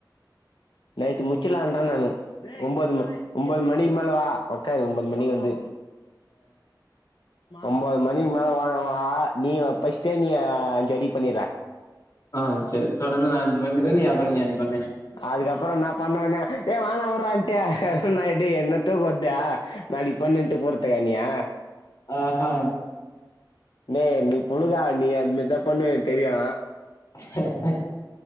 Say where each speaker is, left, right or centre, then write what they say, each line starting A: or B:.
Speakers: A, on the left; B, on the left.
A: நைட்டு முச்சலாம்ன்ரேன் நானு ஒன்பது ஒன்பது மணிக்கு மேலவா உக்காரு ஒன்பது மணி வந்து ஒன்பது மணிக்கு மேல வாங்க வா நீ பஸ்ட்டே நீ அஞ்சி ரெடி பண்ணிற
B: ஆ சேர் தொடர்ந்து நான் அஞ்சு பண்றேன் நீ அப்பறம் நீ அஞ்சு பண்ணு
A: அதுக்கப்புறம் நான் பண்ணுவேனே ஏ வேனா வுட்றான்ட்டு நடி என்னத்த கொத்த நாளைக்கு பன்னெட்டு பொறுத்துக்கானியா
B: ஆஹா
A: ஏ நீ புழுகா நீ அதுமாரிதான் பண்ணுவ எனக்கு தெரியு
B: <unintelligible>